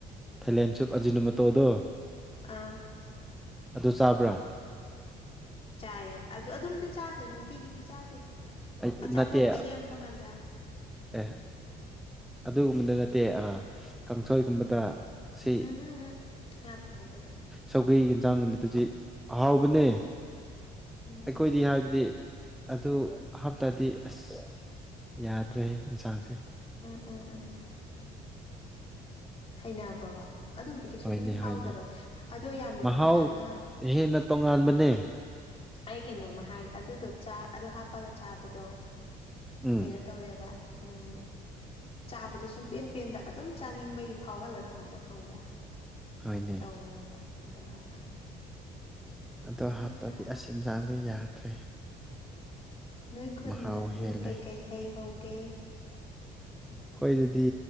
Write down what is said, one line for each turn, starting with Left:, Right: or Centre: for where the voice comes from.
Centre: ꯊꯥꯏꯂꯦꯟꯁꯨꯞ ꯑꯖꯤꯅ ꯃꯣꯇꯣꯗꯣ
Left: ꯑꯥ
Centre: ꯑꯗꯨ ꯆꯥꯕ꯭ꯔꯥ
Left: ꯆꯥꯏꯌꯦ ꯑꯗꯨ ꯑꯗꯨꯝꯗꯤ ꯆꯥꯗꯦ ꯅꯨꯡꯇꯤꯒꯤꯗꯤ ꯆꯥꯗꯦ
Centre: ꯑꯩ
Left: ꯑꯆꯥꯄꯣꯠ
Centre: ꯅꯠꯇꯦ
Left: ꯁꯦꯝꯕ ꯀꯥꯟꯗ
Centre: ꯑꯦ ꯑꯗꯨꯒꯨꯝꯕꯗ ꯅꯠꯇꯦ ꯑꯥ ꯀꯥꯡꯁꯣꯏꯒꯨꯝꯕꯗ ꯁꯤ
Left: ꯎꯝ ꯍꯝ ꯍꯝ ꯍꯥꯞꯇꯦ ꯑꯗꯨꯗꯤ
Centre: ꯁꯧꯒ꯭ꯔꯤ ꯌꯦꯟꯁꯥꯡꯒꯨꯝꯕꯗꯨꯗꯤ ꯑꯍꯥꯎꯕꯅꯦ
Left: ꯎꯝ
Centre: ꯑꯩꯈꯣꯏꯗꯤ ꯍꯥꯏꯕꯗꯤ ꯑꯗꯨ ꯍꯥꯞꯇꯥꯗꯤ ꯑꯁ ꯌꯥꯗ꯭ꯔꯦ ꯏꯟꯁꯥꯡꯁꯦ
Left: ꯎꯝ ꯎꯝ ꯎꯝ <unintelligible> ꯍꯩꯅꯕꯣ ꯑꯗꯨꯕꯨꯗꯤ ꯀꯩꯁꯨꯕꯨꯗꯤ
Centre: ꯍꯣꯏꯅꯦ
Left: ꯐꯥꯎꯗꯕ
Centre: ꯍꯣꯏꯅꯦ
Left: ꯑꯗꯣ ꯌꯥꯝꯅꯅꯦ
Centre: ꯃꯍꯥꯎ
Left: ꯑꯃ <unintelligible>
Centre: ꯍꯦꯟꯅ ꯇꯣꯉꯥꯟꯕꯅꯦ
Left: ꯑꯩ ꯀꯩꯅꯣꯝꯃ ꯍꯥꯏ ꯑꯗꯨꯗꯣ ꯆꯥ ꯑꯗꯨ ꯍꯥꯞꯄꯒ ꯆꯥꯕꯗꯣ
Centre: ꯎꯝ
Left: ꯀꯩꯅꯣ ꯇꯧꯋꯦꯕ ꯎꯝ ꯆꯥꯕꯗꯣ ꯁꯨꯡꯄꯦꯟ ꯄꯦꯟꯗ ꯑꯗꯨꯝ ꯆꯥꯅꯤꯡꯕꯒꯤ ꯐꯥꯎꯍꯜꯂ ꯊꯝꯕꯗꯣ ꯈꯪꯕ꯭ꯔꯥ
Centre: ꯍꯣꯏꯅꯦ
Left: ꯇꯧꯋꯦꯕ ꯑꯗꯨꯃꯥꯏꯅ
Centre: ꯑꯗꯣ
Left: ꯈꯪꯕ꯭ꯔꯥ
Centre: ꯍꯞꯇꯥꯗꯤ ꯑꯁ ꯏꯟꯖꯥꯡꯖꯦ ꯌꯥꯗ꯭ꯔꯦ
Left: ꯅꯣꯏ ꯈꯨꯟꯗꯗꯤ
Centre: ꯃꯍꯥꯎ ꯍꯦꯜꯂꯦ
Left: ꯀꯩ ꯀꯩ ꯍꯩ ꯍꯧꯒꯦ
Centre: ꯈꯣꯢꯗꯗꯤ